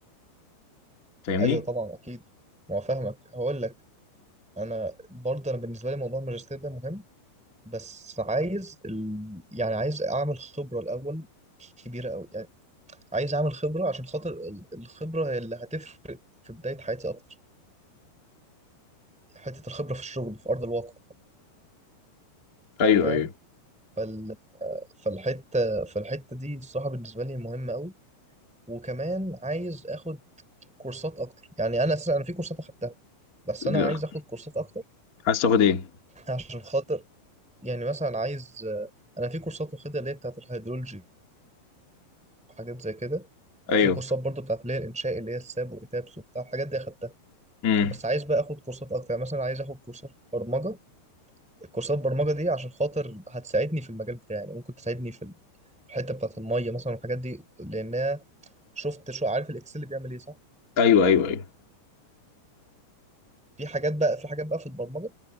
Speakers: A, on the left; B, in the centre.
A: فاهمني
B: ايوه طبعا اكيد ما هو فاهمك هقول لك انا برضه انا بالنسبه لي موضوع الماجستير ده مهم بس عايز ال... يعني عايز اعمل خبره الاول كبيره قوي يعني عايز اعمل خبره عشان خاطر ال- الخبره هي اللي هتفرق في بدايه حياتي اكتر حته الخبره في الشغل في ارض الواقع
A: ايوه
B: فاهم
A: ايوه
B: فال... فالحته فالحته دي الصراحه بالنسبه لي مهمه قوي وكمان عايز اخد كورسات اكتر يعني انا اساسا انا في كورسات اخدتها بس
A: لا،
B: انا عايز اخد كورسات اكتر
A: عايز تاخد ايه
B: عشان خاطر يعني مثلا عايز انا في كورسات واخدها اللي هي بتاعت الهيدرولوجي وحاجات زي كده
A: ايوه
B: في كورسات برضو بتاعت اللي هي الانشاء اللي هي الساب واتابس وبتاع الحاجات دي اخدتها
A: امم
B: بس عايز بقى اخد كورسات اكتر يعني مثلا عايز اخد كورسات برمجه الكورسات برمجه دي عشان خاطر هتساعدني في المجال بتاعي يعني ممكن تساعدني في ال- في الحته بتاعت الميه مثلا والحاجات دي لانها شفت شو عارف الاكسل بيعمل ايه صح
A: ايوه ايوه ايوه
B: في حاجات بقى في حاجات بقى في البرمجه